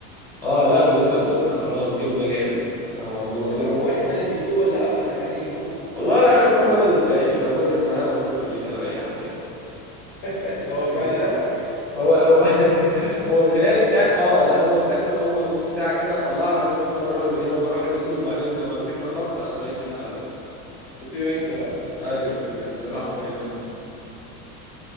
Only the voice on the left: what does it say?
طب هو واحد بقى اللي بيسوق ولا اكتر من حد بيسوق
<laughs> هو
كفايه اللي دفع
طير انت بقى